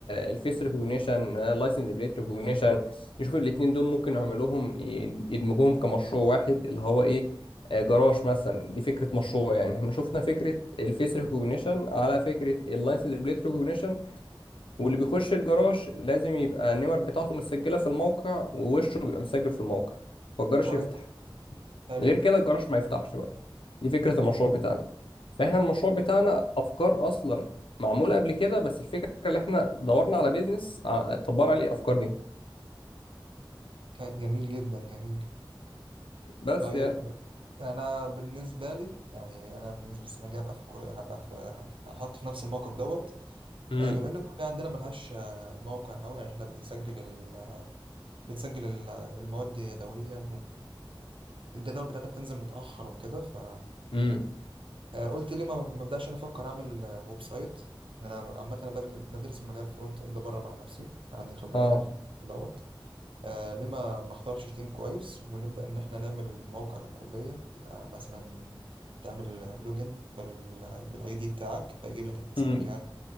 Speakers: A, on the left; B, on the right.
A: الفيس ريكوجنيشن لايسنس بليت ريكوجنيشن يشوفوا الاتنين دول ممكن يعملوهم ي- يدمجوهم كمشروع واحد اللي هو ايه آه، جراج مثلا دي فكرة مشروع يعني احنا شفنا فكرة الفيس ريكوجنيشن على فكرة اللايسنس بليت ريكوجنيشن واللي بيخش الجراج لازم يبقى النمر بتاعته مسجلة في الموقع ووشه بيبقى مسجل في الموقع فالجراج
B: كويس
A: يفتح
B: حلو
A: غير كده الجراج ما يفتحش بقى دي فكرة المشروع بتاعنا فاحنا المشروع بتاعنا افكار اصلا معمولة قبل كده بس الفكرة اللي احنا دورنا على بيزنس ع- طبقنا عليه الافكار دي
B: كان جميل جدا جميل
A: بس
B: طيب
A: يعني
B: انا بالنسبه لي يعني انا بالنسبه للسنه الجايه هبقى في الكل... هبقى في هت- هحط في نفس الموقف دوت
A: امم
B: آه، بما ان الكليه عندنا ملهاش آه، موقع قوي يعني احنا بنسجل ال... بنسجل ال... المواد يدويا والجدول بتاعتنا بتنزل متاخر وكده ف
A: امم
B: آه، قلت ليه ما ما بدأش انا افكر اعمل آه، ويب سايت ان انا عامه انا بجل- بدرس مجال فرونت اند بره مع نفسي فعندي خبره
A: اه
B: يعني في الموضوع دوت آه ليه ما ما اختارش تيم كويس ونبدا ان احنا نعمل موقع للكليه يبقى مثلا تعمل لوجن بال بالاي دي بتاعك فيجيب لك انت سنه
A: امم
B: كام